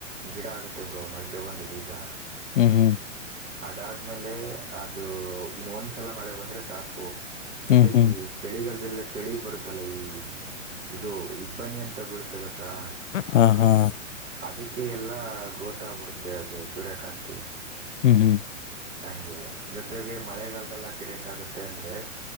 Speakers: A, on the right (about 20°); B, on the left (about 70°).
A: ಗಿಡ ಆಗುತ್ತೆ ಬ್ರೋ ಮಳಕೆ ಬಂದು ಬೀಜ
B: ಹ್ಮ ಹ್
A: ಅದಾದ್ಮೇಲೆ ಅದು ಇನ್ನು ಒಂದ್ಸಲ ಮಳೆ ಬಂದ್ರೆ ಸಾಕು ಜೊತೆಗೆ
B: ಹ್ಮ್ ಹ್ಮ್
A: ಚಳಿಗಾಲದೆಲ್ಲ ಚಳಿ ಬರುತ್ತಲ್ಲ ಈ ಇದು ಇಬ್ಬನಿ ಅಂತ ಬೀಳುತ್ತೆ ಗೊತ್ತ ತ್ತಾ
B: ಹಾ ಹಾ
A: ಅದಕ್ಕೆ ಎಲ್ಲಾ ಗ್ರೋತ್ ಆಗ್ಬಿಡುತ್ತೆ ಅದು ಸೂರ್ಯಕಾಂತಿ
B: ಹ್ಮ್ ಹ್ಮ್
A: ಹಂಗೆ ಜೊತೆಗೆ ಮಳೆಗಾಲದಲ್ಲಿ ಹಾಕಿದ್ರೆ ಹೆಂಗೆ ಆಗುತ್ತೆ ಅಂದ್ರೆ